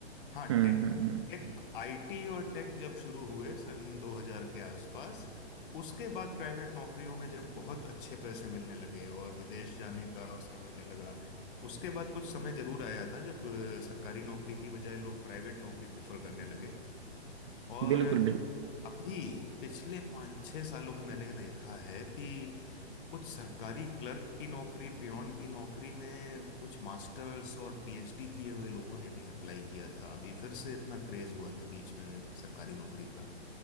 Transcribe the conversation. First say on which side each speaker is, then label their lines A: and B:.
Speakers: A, on the left; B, on the right.
A: हाँ
B: हम्म
A: टेक
B: हम्म हम्म
A: टेक आईटी और टेक जब शुरू हुए सन 2000 के आसपास उसके बाद प्राइवेट नौकरियों में जब बहुत अच्छे पैसे मिलने लगे और विदेश जाने का अवसर मिलने लगा उसके बाद कुछ समय जरूर आया था जब अ, सरकारी नौकरी की बजाय लोग प्राइवेट नौकरी प्रेफर करने लगे और
B: बिल्कुल बिल्कुल
A: अभी पिछले पाँच छः सालों में मैंने देखा है कि कुछ सरकारी क्लर्क की नौकरी पियोन की नौकरी में कुछ मास्टर्स और पीएचडी किए हुए लोगों ने भी अप्लाई किया था अभी फिर से इतना क्रेज हुआ था बीच में सरकारी नौकरी का